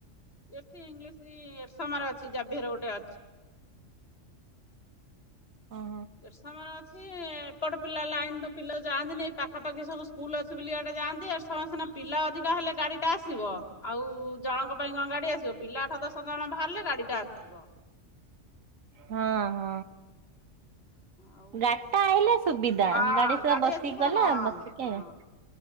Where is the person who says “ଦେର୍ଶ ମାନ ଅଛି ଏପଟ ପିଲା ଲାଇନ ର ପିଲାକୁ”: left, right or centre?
Left